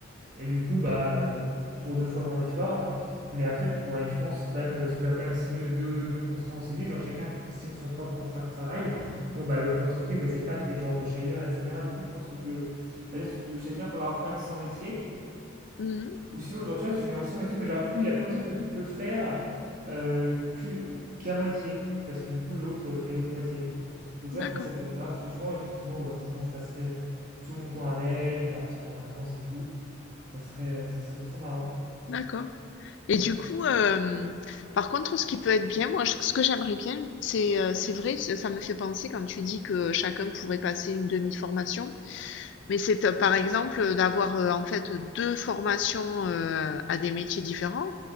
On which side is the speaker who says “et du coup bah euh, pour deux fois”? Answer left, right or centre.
Right